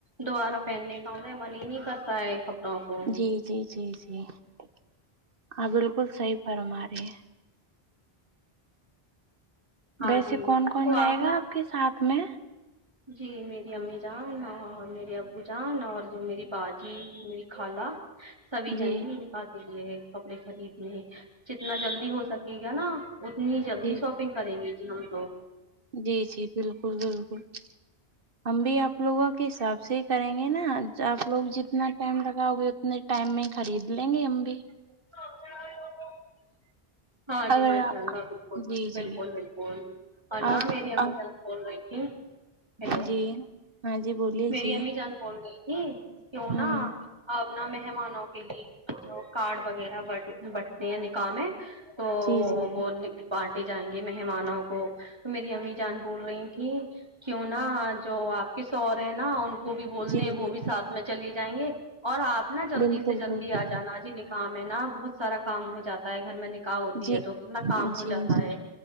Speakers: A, on the right (about 25°); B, on the right (about 60°).
A: دوبارہ پہننے کا انہیں من ہی نہیں کرتا ہے کپڑوں کو
B: جی جی جی جی ہاں آپ بالکل صحیح فرما رہی ہیں
A: ہاں
B: ویسے
A: جی
B: کون کون
A: تو
B: جائے گا
A: نا
B: آپ کے ساتھ میں
A: جی میری امی جان اور میرے ابو جان اور میری باجی میری خالا سبھی
B: جی
A: جائیں گی نکاح کے لیے کپڑے خریدنے جتنا جلدی ہو سکے گا نا اتنی جلدی
B: جی
A: شاپنگ کریں گی جی ہم تو
B: جی جی بالکل بالکل ہم بھی اپ لوگوں کے حساب سے ہی کریں گے نا آپ لوگ جتنا ٹائم لگاؤ گے اتنے ٹائم میں خرید لیں گے ہم بھی
A: <unintelligible> ہاں جی
B: اگر
A: ماشاء
B: آپ
A: اللہ بالکل
B: جی
A: بالکل
B: جی
A: بالکل اور نہ
B: آپ
A: میری امی
B: آپ
A: جان بول رہی تھی ہیلو
B: جی ہاں جی بولیے
A: میری
B: جی
A: امی جان بول رہی تھی جی کیوں نہا
B: ہوں
A: اپنا مہمانوں کے لیے ینو کاڈ وغیرہ باڈی میں بٹتے ہیں نکاح مے تو
B: جی جی
A: وہ بانٹے جائیں گے مہمانوں کو میری امی جان بول رہی تھیں کیوں نہ جو اپ کی سو رہے ہیں نا ان کو بھی بول
B: جی
A: دیں وہ
B: جی
A: بھی ساتھ میں چلی جائیں گے اور اپ نا جلدی
B: بالکل
A: سے جلدی
B: بالکل
A: ا جانا جی نکل کام ہے نا بہت سارا کام ہو جاتا ہے گھر میں نکاح ہوتی
B: جی
A: ہے تو کتنا کام
B: جی
A: ہو جاتا
B: جی
A: ہے